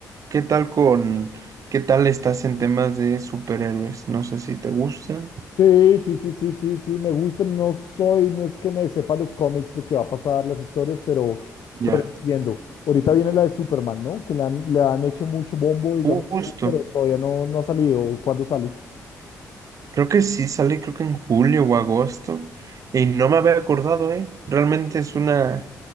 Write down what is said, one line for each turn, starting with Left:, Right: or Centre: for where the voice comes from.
Right: qué tal con, qué tal estás en temas de superhéroes? No sé si te gustan.
Left: Sí, sí, sí, sí, sí, sí, me gusta. No soy, no es que me sepa los cómics, lo que va a pasar, las historias, pero,
Right: Ya,
Left: pero entiendo. Ahorita viene la de Superman, ¿no? Que le han, le han hecho mucho bombo, digamos
Right: justo.
Left: así, pero todavía no, no ha salido. ¿Cuándo sale?
Right: Creo que sí sale, creo que en julio o agosto. Y no me había acordado, ¿eh? Realmente es una,